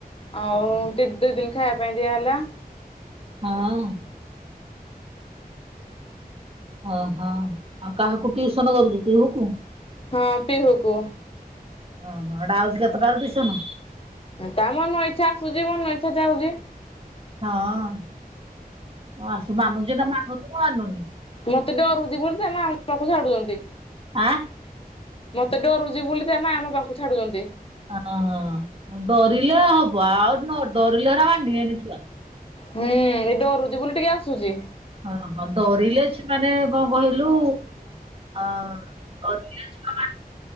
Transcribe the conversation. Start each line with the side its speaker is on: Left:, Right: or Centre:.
Left: ଆଉ ଟି ଦୁଇ ଦିନ ଖାଇବା ପାଇଁ ଦିଆ ହେଲା।
Right: ହଁ। ଓହୋଃ, ଆଉ କାହାକୁ ଟିଉସନ କରୁଛୁ ପିହୁକୁ?
Left: ହଁ, ପିହୁକୁ।
Right: ଓହୋଃ, ଏଇଟା ଆଉଛି କେତେଟା ବେଳେ ଟିଉସନ୍?
Left: ତାମ ମନ ଇଛା ଆସୁଛି, ମନ ଇଛା ଯାଉଛି।
Right: ହଁ ମୁଁ ଆସୁ ମାନୁଚି ନା ମାନୁଚି ନା ମାନୁନି।
Left: ମତେତ ଜୀବନ ସାରା ମୋ ପାଖକୁ ଛାଡୁଛନ୍ତି।
Right: ଆଁ।
Left: ମତେ ଡରୁଛି ବୁଲିକା ନା ତା ମା ଆମ ପାଖକୁ ଛାଡୁଛନ୍ତି।
Right: ହଁ ଡରିଲେ ହବ ଆଉ ନ ଡରିଲେ ହେରା ମାନିବେନି ଛୁଆ।
Left: ହୁଁ ଏଇ ଡରୁଚି ବୋଲି ଟିକେ ଆସୁଚି।
Right: ଅହ ଡରିଲେ ଛି ମାନେ କଣ କହିଲୁ ଅ କରଲିଅଛିଅ।